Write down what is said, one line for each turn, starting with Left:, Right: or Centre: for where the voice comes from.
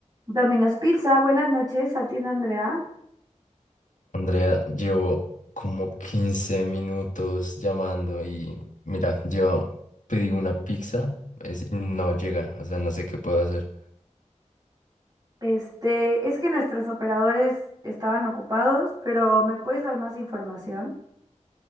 Right: Domino's Pizza, buenas noches, atiende Andrea.
Left: Andrea, llevo como 15 minutos llamando y mira, lleva, pedí una pizza es- y no llega, o sea, no sé qué puedo hacer.
Right: Este, es que nuestros operadores estaban ocupados, pero ¿me puedes dar más información?